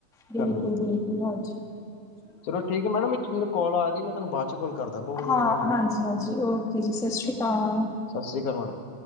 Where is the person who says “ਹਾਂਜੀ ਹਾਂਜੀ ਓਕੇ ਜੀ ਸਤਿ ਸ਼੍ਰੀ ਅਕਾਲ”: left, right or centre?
Centre